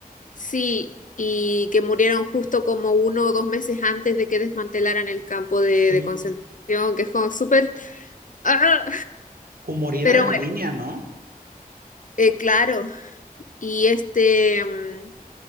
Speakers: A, on the left (about 60°); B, on the right (about 80°).
A: Sí, y que murieron justo como uno o dos meses antes de que desmantelaran el campo de,
B: Sí,
A: de concentración, que es como súper... ¡Ah!
B: o morir
A: Pero
B: en
A: bueno,
B: la línea, ¿no?
A: eh, claro. Y este... mm,